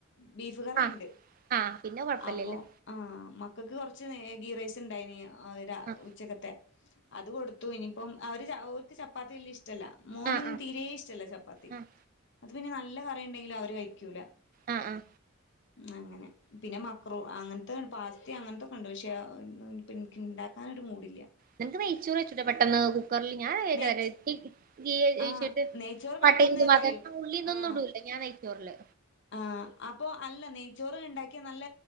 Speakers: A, on the left (about 55°); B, on the right (about 40°).
A: ബീഫ് കറിയുണ്ട്
B: ആ ആ പിന്നെ കൊഴപ്പല്ലല്ലോ
A: അപ്പോ ആഹ മക്കൾക്ക് കൊറച്ച് മാഗ്ഗിറൈസ് ഉണ്ടായിന്
B: ആ
A: ഉച്ചക്കത്തെ അത് കൊടുത്തു ഇനിയിപ്പം അവര് അവർക്ക് ചപ്പാത്തി വലിയ ഇഷ്ടല്ല മോനൊന്നും
B: ആ ആ
A: തീരെ ഇഷ്ടല്ല ചപ്പാത്തി
B: ആഹ്
A: അത് പിന്നെ നല്ല കറിയുണ്ടെങ്കിലും അവര് കഴിക്കൂല
B: ആ ആഹ്
A: അങ്ങനെ പിന്നെ മക്രൂ അങ്ങനത്തെ പാസ്ത അങ്ങനത്തൊക്കെ ഉണ്ട് പക്ഷേ എനക്ക് ഇണ്ടാക്ക അങ്ങനൊ ഒരു മൂഡില്ല
B: നിനക്ക് നെയ്ചോറുവെച്ചൂടെ പെട്ടെന്ന് കുക്കറിൽ ഞാനൻക്ക
A: നെയ്ച്
B: ഗീ ജിച്ചിട്ട്
A: ആഹ് നെയ്ച്ചോറ്
B: പട്ടേൽതു
A: പെട്ടെന്ന്
B: മാത
A: കഴിയും
B: ആ ഉള്ളീതൊന്നും
A: ആഹ്
B: ഇടൂലേ ഞാൻ നയിച്ചോറില്
A: ആ അപ്പൊ അല്ല നെയ്ച്ചോറ് ഉണ്ടാക്കിയ നല്ല